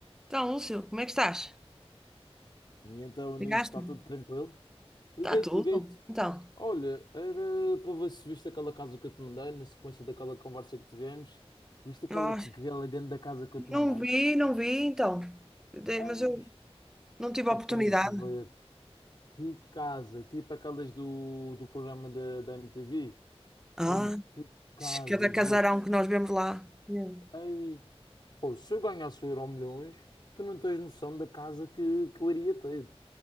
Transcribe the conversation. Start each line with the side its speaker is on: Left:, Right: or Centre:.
Centre: Então, Lúcio, como é que estás?
Left: E então nisso
Centre: Ligaste-me?
Left: está tudo tranquilo. Liguei-te,
Centre: Está tudo?
Left: liguei-te.
Centre: Então,
Left: Olha, era para ver se viste aquela casa que eu te mandei, na sequência daquela conversa que tivemos. Viste aquela,
Centre: Ah,
Left: aquela grande casa que eu te
Centre: não
Left: mandei?
Centre: vi, não vi, então. De-
Left: Ai,
Centre: Mas eu não tive
Left: tu
Centre: a oportunidade.
Left: tens de ver. Que casa! Tipo aquelas do, do programa da, da MTV.
Centre: ah,
Left: Ei, que casa,
Centre: cada casarão
Left: juro-te.
Centre: que nós vemos lá. Não.
Left: Ei, oh, se eu ganhasse o Euro Milhões, tu não tens noção da casa que, que eu iria ter.